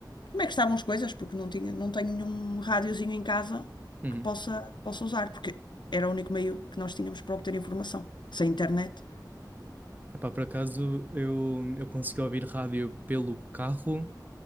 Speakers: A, on the left; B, on the right.
A: como é que estavam as coisas, porque não tinha, não tenho nenhum rádiozinho em casa
B: Uhum.
A: que possa, que possa usar, porque era o único meio que nós tínhamos para obter informação, sem internet.
B: Epá, por acaso eu, eu consegui ouvir rádio pelo carro